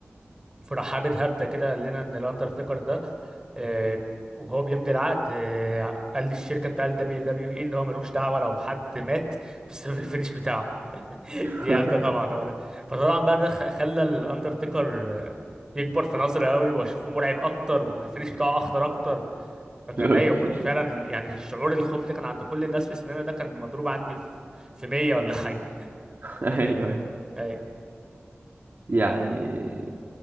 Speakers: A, on the right; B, on the right.
A: فراح حابب هبده كده قال لنا ان الاندرتيكر ده آه، وهو بيمضي العقد آه، قال للشركه بتاع الدبليو دبليو اي ان هو ملوش دعوه لو حد مات بسبب الفينش بتاعه <laughs>
B: <laughs>
A: دي هبده طبعا ولا فطبعا بقى ده خ- خلى الاندرتيكر آه، يكبر في نظري قوي واشوفه مرعب اكتر والفينش بتاعه اخطر اكتر فكان
B: لول
A: ايوه كنت
B: <laughs>
A: فعلا يعني الشعور الخوف اللي كان عند كل الناس في السينما ده كان مضروب عندي في في 100 ولا حاجه
B: ايوه أيوة.
A: أي.
B: يعني